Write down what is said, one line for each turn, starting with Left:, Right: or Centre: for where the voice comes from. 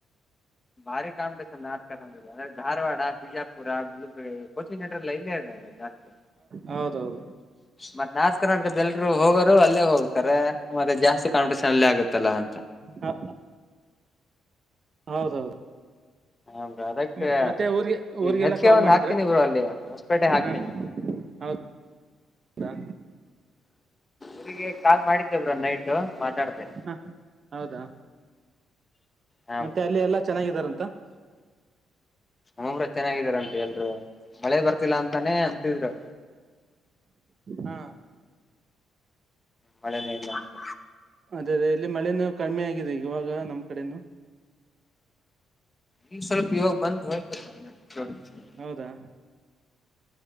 Left: ಭಾರಿ ಕಾಣ <unintelligible> ನಾಕ ಧಾರವಾಡ ಬಿಜಾಪುರ ಗಲುಬಗ <unintelligible> ಚಿ ನಟ್ರಲ್ಲ ಇಲ್ಲೇ ಇ ಇದಲ್ಲ ಜಾಸ್ತಿ
Right: ಹೌದೌದು
Left: ಮತ್ತ್ ನಾರ್ತ್ ಕರ್ನಾಟಕದ ಎಲ್ರು ಹೋಗೋರು ಅಲ್ಲೇ ಹೋಗ್ತಾರೆ. ಮತ್ತೆ ಜಾಸ್ತಿ ಕಾಂಮಿಟೇಷನ್ ಅಲ್ಲಿ ಆಗುತ್ತಲ್ಲಾ ಅಂತ.
Right: ಹ <unintelligible> ಹೌದೌದು
Left: ಹ ಬ್ರೋ ಅದಕ್ಕೆ
Right: ಮ ಮತ್ತೆ ಊರ್ಗೆ
Left: ಈಗ
Right: ಊರ್ಗೆಲ್ಲ
Left: ಹೆಚ್ಚಿಗೆ
Right: ಕಾಲ್
Left: ಒಂದ್
Right: ಮಾಡಿದ್ರಾ
Left: ಹಾಕ್ತೀನಿ ಬ್ರೋ ಅಲ್ಲಿ ಹೊಸಪೇಟೆ ಹಾಕ್ತೀನಿ
Right: ಹಾ. ಹೌ ದಾ
Left: ಊರಿಗೆ ಕಾಲ್ ಮಾಡಿದ್ದೆ ಬ್ರೋ ನೈಟು ಮಾತಾಡದೆ.
Right: ಹ ಹೌದಾ
Left: ಹಾ
Right: ಮತ್ತೆ
Left: ಬ್ರೋ
Right: ಅಲ್ಲಿ ಎಲ್ಲಾ ಚೆನ್ನಾಗಿದಾರಂತ.
Left: ಹ್ಮ ಬ್ರೋ ಚೆನ್ನಾಗಿದಾರಂತ ಎಲ್ರುವೆ ಮಳೆ ಬರ್ತಿಲ್ಲಾ ಅಂತಾನೇ ಅಂತಿದ್ರು.
Right: ಹಾ
Left: ಮಳೆನೇ ಇಲ್ಲ ಅಂತ.
Right: ಅದೇ ಅದೆ ಇಲ್ಲಿ ಮಳಿನು ಕಮ್ಮಿ ಆಗಿದೆ ಇವಾಗ ನಮ್ ಕಡೆನು.
Left: ಇಗ ಸ್ಪಲ್ಪ ಇವಾಗ ಬಂದ ಹೊಯ್ತಪ ಹಿನ <unintelligible>
Right: ಹೌದಾ